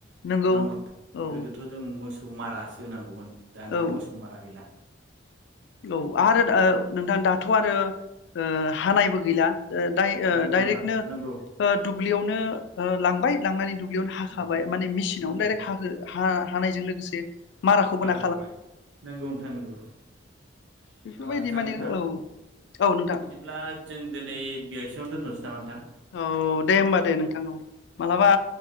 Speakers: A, on the left (about 65°); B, on the right (about 70°).
A: नंगौ
B: नङा होनबा?
A: औ
B: गोदोथ' जों मोसौ खौ मारासो होनांगौमोन दाना
A: औ
B: मोसौ मारा गैला
A: औ आरो ओ नोंथां दा दाथ' आरो ओ हानायबो गैला। ओ दाइ ओ
B: नंगौ
A: डाइरेक्टनो
B: नोंथां नंगौ
A: ओ दुब्लियावनो ओ लांबाय लांनानै दुब्लिआवनो हाखाबाय
B: नौ
A: माने मेसिनावनोे
B: नंगौ नोंथां
A: हाहो हा-हानायजों लोगोसे माराखौबो ना
B: हाबाय नंगौ नोथां नंगौ। ओ
A: बेफोरबायदि
B: आदसा
A: माने
B: नोंथां
A: औ औ नोंथां
B: बिदिब्ला जों दिनै <unintelligible> आवनो दोनथ'नोसै नामा नोंथां
A: औ दे होमबा दे नोंथां औ। मालाबा